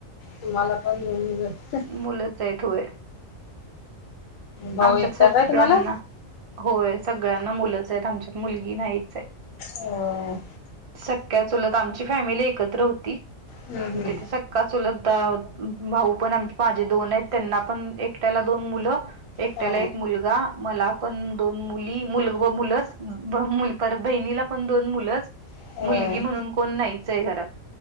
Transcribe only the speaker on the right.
मुलंच आहेत होय
आमच्यात
सगळ्यांना
होय सगळ्यांना मुलंच आहेत आमच्यात मुलगी नाहीच आहे
सख्या चुलत आमची फॅमिली एकत्र होतीथ
का चलत भाऊ पण आम माझे दोन आहेत त्यांना पण एकट्याला दोन मुलं एकट्याला
एक मुलगा मला पण दोन मुली मुलगो मुलंच ब मुल परत बहिणीला पण दोन मुलंच.
मुलगी म्हणून कोण नाहीच आहे घरात.